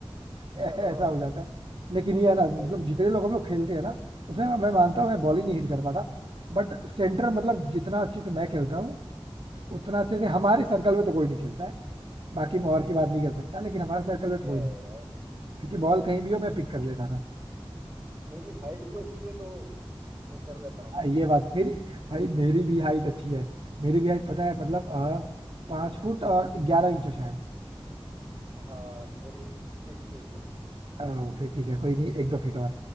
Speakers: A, on the right; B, on the right.
A: <laughs>
B: ऐ- ऐसा हो जाता
A: हाँ,
B: है लेकिन ये है ना मतलब
A: वही
B: जितने लोग हम लोग खेलते हैं ना उसमें मैं, मैं मानता हूँ मैं बॉल
A: हाँ
B: ही नहीं हिट कर पाता बट सेंटर
A: हाँ
B: मतलब जितना अच्छे से मैं खेलता हूँ उतना अच्छे
A: हाँ
B: से हमारे सर्कल में तो कोई नहीं खेलता है बाकी मैं और की
A: हम्म,
B: बात नहीं कर सकता लेकिन हमारे
A: अच्छा तो
B: सर्कल
A: बढ़िया
B: में तो कोई
A: है
B: नहीं
A: यार
B: क्योंकि बॉल कहीं भी हो मैं
A: क्योंकि
B: पिक कर लेता था
A: मेरी हाइट भी अच्छी है तो वो कर लेता हूँ
B: हाँ
A: मैं अच्छे
B: ये
A: से
B: बात मेरी भाई मेरी भी हाइट अच्छी है मेरी भी हाइट पता है मतलब
A: हाँ
B: आ, पांच फुट और ग्यारह इंच हो शायद
A: हाँ मेरी सिक्स फीट
B: अ, फिर ठीक है कोई नहीं एक दो फीट और